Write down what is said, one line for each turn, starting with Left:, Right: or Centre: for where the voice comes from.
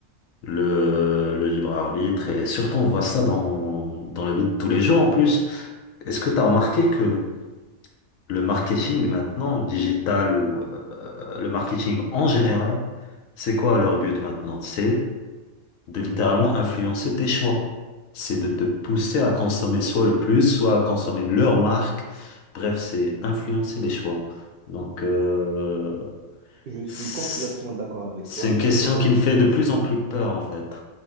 Left: le, le libre arbitre. Et surtout, on voit ça dans, dans la vie de tous les jours en plus. Est-ce que tu as remarqué que le marketing maintenant, digital ou euh, le marketing en général, c'est quoi leur but maintenant? C'est de littéralement influencer tes choix. C'est de te pousser à consommer soit le plus, soit à consommer leur marque. Bref, c'est influencer les choix. Donc, euh,
Right: Je suis
Left: c'est
Right: complètement d'accord avec
Left: c'est
Right: toi.
Left: une question
Right: Quand on
Left: qui
Right: achète
Left: me fait de plus en plus peur, en fait.